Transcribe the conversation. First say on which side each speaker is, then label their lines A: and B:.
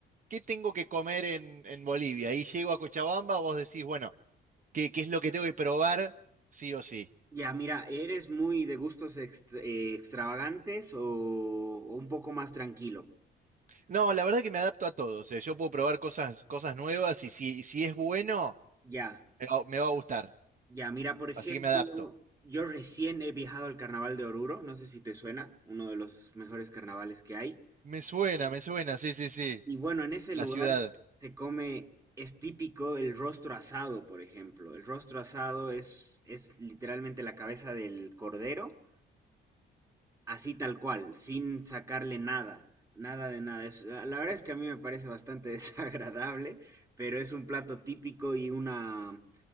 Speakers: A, on the right; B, on the right.
A: qué tengo que comer en, en Bolivia? Ahí llego a Cochabamba, vos decís, bueno, ¿qué, qué es lo que tengo que probar sí o sí?
B: Ya, mira, ¿eres muy de gustos ext- eh, extravagantes o, o un poco más tranquilo?
A: No, la verdad que me adapto a todo, o sea, yo puedo probar cosas, cosas nuevas y si, si es bueno,
B: Ya,
A: me va, me va a gustar,
B: Ya, mira, por ejemplo,
A: así que me adapto.
B: yo recién he viajado al Carnaval de Oruro, no sé si te suena, uno de los mejores carnavales que hay.
A: Me suena, me suena, sí, sí, sí,
B: Y bueno, en ese
A: la
B: lugar
A: ciudad.
B: se come, es típico el rostro asado, por ejemplo. El rostro asado es, es literalmente la cabeza del cordero, así tal cual, sin sacarle nada, nada de nada. Es- ah, la verdad es que a mí me parece bastante <laughs> desagradable, pero es un plato típico y una